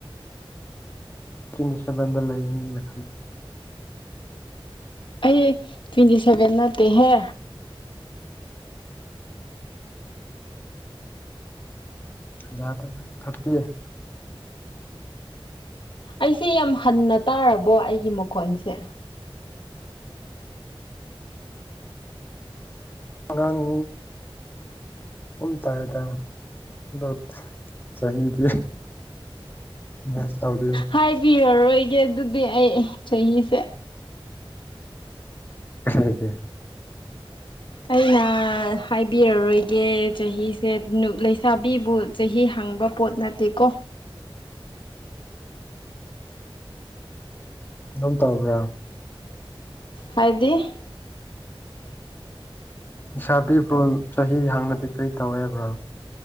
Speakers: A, on the left; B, on the left.
A: ꯇꯤꯟꯇ ꯁꯕꯦꯟꯗ ꯂꯩꯅꯦꯦ
B: ꯑꯩ ꯇ꯭ꯋꯦꯟꯇꯤ ꯁꯦꯚꯦꯟ ꯅꯠꯇꯦꯍꯦ
A: ꯌꯥꯗꯦꯅ ꯊꯔꯇꯤ
B: ꯑꯩꯁꯦ ꯌꯥꯝ ꯍꯟꯅ ꯇꯥꯔꯕꯣ ꯑꯩꯒꯤ ꯃꯈꯣꯟꯁꯦ
A: ꯑꯉꯥꯡꯨ ꯎꯟ ꯇ ꯍꯥꯏꯗꯠ ꯆꯗꯤ ꯌꯥꯁꯥꯎꯗ
B: ꯍꯥꯏꯕꯤꯔꯔꯣꯏꯒꯦ ꯑꯗꯨꯗꯤ ꯑꯩ ꯆꯍꯤꯁꯦ
A: ꯍ
B: ꯑꯩꯅ ꯍꯥꯏꯕꯤꯔꯔꯣꯏꯒꯦ ꯆꯍꯤꯁꯦ ꯂꯩꯁꯥꯕꯤꯕꯨ ꯆꯍꯤ ꯍꯪꯕ ꯄꯣꯠ ꯅꯠꯇꯦꯀꯣ
A: ꯑꯗꯨꯝ ꯇꯧꯕꯕ꯭ꯔꯥ
B: ꯍꯥꯏꯗꯤ
A: ꯏꯁꯥꯕꯤꯕ꯭ꯔꯣ ꯆꯍꯤ ꯍꯥꯡꯅꯗꯤ ꯀꯔꯤ ꯇꯧꯋꯦꯕ꯭ꯔꯣ